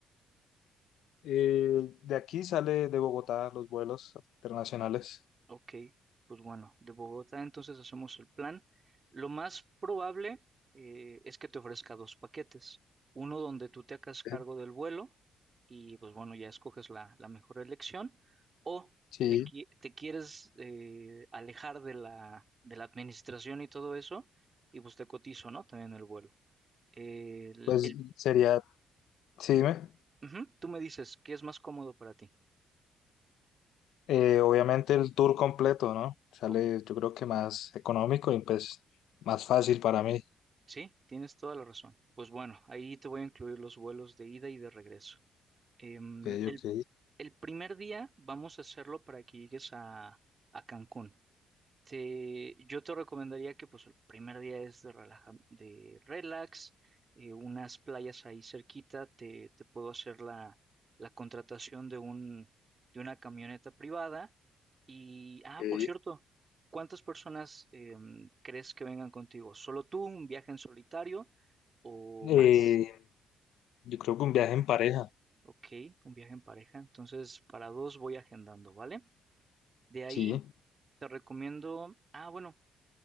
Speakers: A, on the left (about 80°); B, on the right (about 35°).
A: Eh, de aquí sale de Bogotá los vuelos internacionales.
B: Ok, pues bueno, de Bogotá entonces hacemos el plan. Lo más probable eh, es que te ofrezca dos paquetes. Uno donde tú te hagas cargo
A: Ok.
B: del vuelo y pues bueno, ya escoges la, la mejor elección. O
A: Sí,
B: te, qui- te quieres eh, alejar de la, de la administración y todo eso y pues te cotizo, ¿no? También el vuelo. El,
A: pues
B: el
A: sería, sí, dime.
B: Ujú, Tú me dices qué es más cómodo para ti.
A: Eh, obviamente el tour completo, ¿no? Sale,
B: Ok,
A: yo creo que más económico y pues más fácil para mí.
B: sí, tienes toda la razón. Pues bueno, ahí te voy a incluir los vuelos de ida y de regreso. Em,
A: Ok,
B: el,
A: ok.
B: el primer día vamos a hacerlo para que llegues a, a Cancún. Te- yo te recomendaría que pues el primer día es de, relaja- de relax, eh, unas playas ahí cerquita, te, te puedo hacer la, la contratación de un, de una camioneta privada. Y, ah,
A: Ok.
B: por cierto, ¿cuántas personas em, crees que vengan contigo? ¿Solo tú, un viaje en solitario o
A: Eh,
B: más?
A: yo creo que un viaje en pareja,
B: Ok, un viaje en pareja. Entonces, para dos voy agendando, ¿vale? De ahí
A: sí.
B: te recomiendo, ah, bueno.